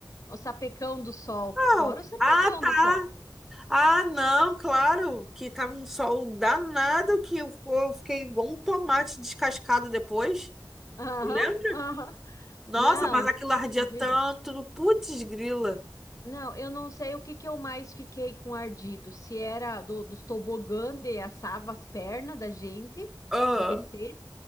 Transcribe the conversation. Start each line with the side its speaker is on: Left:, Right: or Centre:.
Left: O sapecão do sol.
Centre: Não.
Left: Fora o sapecão
Centre: Ah, tá.
Left: do sol.
Centre: Ah, não, claro, que tava um sol danado que eu eu fiquei igual um tomate descascado depois.
Left: Aham,
Centre: Lembra?
Left: aham.
Centre: Nossa,
Left: Não,
Centre: mas aquilo ardia
Left: terrível.
Centre: tanto. Putz, grila.
Left: Não, eu não sei o que que eu mais fiquei com ardido. Se era do, dos tobogã de assava as pernas da gente,
Centre: Ah.
Left: de descer.